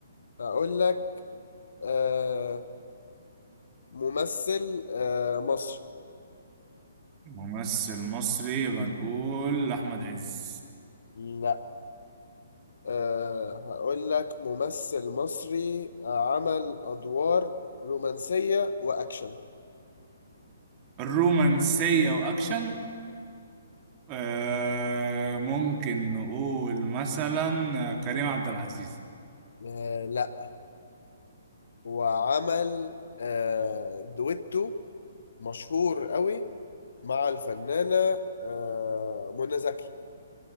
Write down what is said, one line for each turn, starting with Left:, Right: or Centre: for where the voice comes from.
Left: اقول لك آه، ممثل آه، مصري
Right: ممثل مصري يبقى نقول أحمد عز
Left: لا آه، هقول لك ممثل مصري آه، عمل ادوار رومانسية واكشن
Right: الرومانسية وأكشن آه ممكن نقول مثلا كريم عبد العزيز
Left: آه، لا وعمل آه، دويتو مشهور قوي مع الفنانة آه، منى زكي